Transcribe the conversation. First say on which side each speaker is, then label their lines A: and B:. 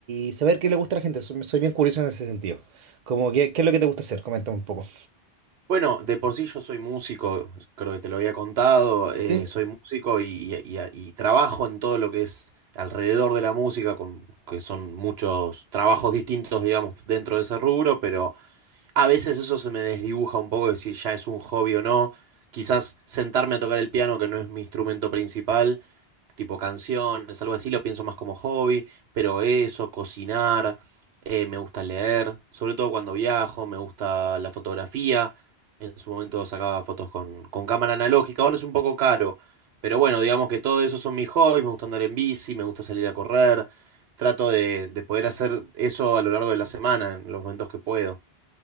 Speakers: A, on the right; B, on the right.
A: y saber qué le gusta a la gente. Soy, soy bien curioso en ese sentido. Como, ¿qué, qué es lo que te gusta hacer? Coméntame un poco.
B: Bueno, de por sí yo soy músico, creo que te lo había contado, eh,
A: Sí.
B: soy músico y, y- y- y trabajo en todo lo que es alrededor de la música, con, que son muchos trabajos distintos, digamos, dentro de ese rubro, pero a veces eso se me desdibuja un poco de si ya es un hobby o no. Quizás sentarme a tocar el piano, que no es mi instrumento principal tipo canciones, algo así, lo pienso más como hobby, pero eso, cocinar, eh, me gusta leer, sobre todo cuando viajo, me gusta la fotografía, en su momento sacaba fotos con, con cámara analógica, ahora es un poco caro, pero bueno, digamos que todo eso son mis hobbies, me gusta andar en bici, me gusta salir a correr, trato de, de poder hacer eso a lo largo de la semana, en los momentos que puedo.